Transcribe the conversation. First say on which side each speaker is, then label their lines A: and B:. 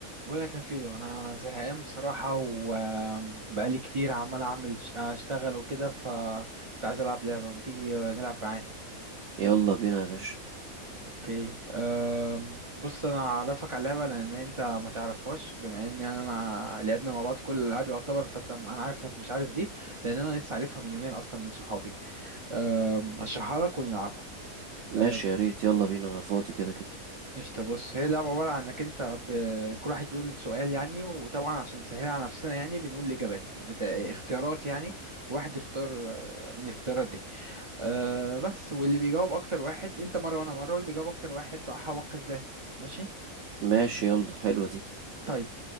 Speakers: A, on the right (about 40°); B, on the right (about 65°).
A: ولا كفيلو انا زهقان بصراحه وبقالي كتير عمال اعمل ش- اشتغل وكده فكنت عايز العب لعبه ما تيجي نلعب معاه
B: يلا بينا يا باشا
A: اوكي أم، بص انا اعرفك على اللعبه لان انت ما تعرفهاش بما ان يعني انا لعبنا مع بعض كل الالعاب يعتبر فانت انا عارف انك مش عارف دي لان انا لسه عارفها من يومين اصلا من صحابي أم، هشرحها لك ونلعبها
B: ماشي
A: آه،
B: يا ريت يلا بينا انا فاضي كده كده
A: قشطة بص هي اللعبة عبارة عن انك انت ب... كل واحد بيقول سؤال يعني وطبعا عشان نسهلها على نفسنا يعني بنقول اجابات بتا... اختيارات يعني وواحد يختار آه، من الاختيارات دي أه بس واللي بيجاوب اكتر واحد انت مرة وانا مرة واللي بيجاوب اكتر واحد صح هو الكسبان ماشي
B: ماشي يلا حلوة دي
A: طيب.